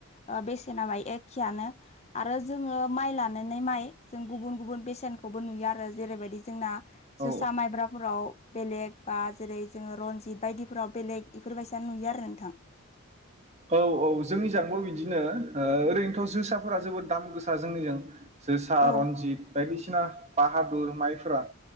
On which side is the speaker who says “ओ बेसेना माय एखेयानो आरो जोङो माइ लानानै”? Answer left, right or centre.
Left